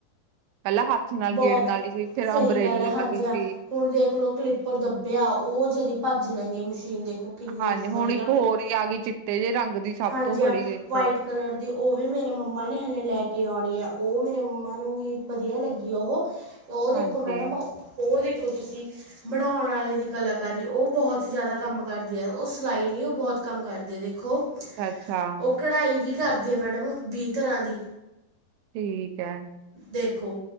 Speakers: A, on the right; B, on the right.
A: ਪੈਲਾਂ ਹੱਥ ਨਾਲ
B: ਬਹੁਤ
A: ਗੇੜ ਨਾਲੀ ਸੀ, ਫੇਰ
B: ਸਹੀ
A: ਅੰਬਰੇਲੀ
B: ਗੱਲ ਹੈ ਹਾਂਜੀ
A: ਗਗੀ
B: ਹਾਂ
A: ਸੀ।
B: ਹੁਣ ਦੇਖ ਲਓ ਕਲੀਪਰ ਦੱਬਿਆ, ਓ ਜਦੀ ਭੱਜ ਲੈਂਦੀਆਂ ਮਸ਼ੀਨ ਦੇਖੋ। ਕਿੰਨੀ
A: ਹਾਂਜੀ,
B: ਵਧੀਆ
A: ਹੁਣ ਇੱਕ ਹੋਰ ਈਂ ਆਗੀ, ਚਿੱਤੇੇ ਜੇ ਰੰਗ ਦੀ ਸਭ
B: ਹਾਂਜੀ
A: ਤੋਂ ਬੜੀ
B: ਹਾਂ
A: ਇੱਕ
B: ਵਾਈਟ
A: ਓਹ।
B: ਕਲਰ ਦੀ ਓ ਵੀ ਮੇਰੇ ਮੰਮਾ ਨੇ ਹਾਲੇ ਲੈਕੇ ਆਉਣੀ ਆ, ਓ ਮੇਰੇ ਮੰਮਾ ਨੂੰ ਵੀ ਵਧੀਆ ਲੱਗੀ। ਓਹ ਓ ਦੇਖੋ
A: ਹਾਂਜੀ
B: ਮੈਡਮ ਓ ਦੇਖੋ ਤੁਸੀਂ ਬਣਾਉਣ ਵਾਲੇ ਦੀ ਕਲਾਕਾਰੀ ਓ ਬਹੋਤ ਜਾਦਾ ਕੰਮ ਕਰਦੀ ਐ, ਓ ਸਿਲਾਈ ਨਈਂ ਓ ਬਹੁਤ ਕੰਮ ਕਰਦੀ ਐ ਦੇਖੋ।
A: ਅੱਛਾ।
B: ਉਹ ਕਢਾਈ ਵੀ ਕਰਦੀ ਐ ਮੈਡਮ, ਵੀਹ ਤਰ੍ਹਾਂ ਦੀ।
A: ਠੀਕ ਐ।
B: ਦੇਖੋ